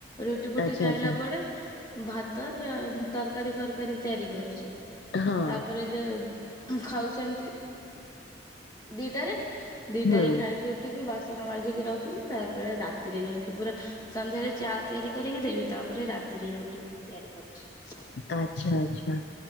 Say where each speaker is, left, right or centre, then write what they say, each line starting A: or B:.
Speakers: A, on the left; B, on the left.
A: ରୁଟି ଫୁଟି
B: ଆଚ୍ଛା
A: ଖାଇଲା
B: ଆଚ୍ଛା।
A: ପରେ ଭାତ ଜା ତରକାରୀ ଫର୍ କାଳୀ ତିଆରି କରୁଚି
B: ହଁ
A: ତାପରେ ଯେ ଖାଉଛନ୍ତି ଦିଟାରେ ଦିଟାରେ
B: ହୁଁ
A: ଖାଇକି ଉଠିକି ବାସନ ମାଜିକି ରଖିକି ତାପରେ ରାତିରେ ଯାଇକି ପୁରା ସନ୍ଧ୍ୟାରେ ଚା ତିଆରି କରିକି ଦେବି ତାପରେ ରାତିରେ ରୁଟି ତିଆରି କରୁଛି।
B: ଆଚ୍ଛା ଆଚ୍ଛା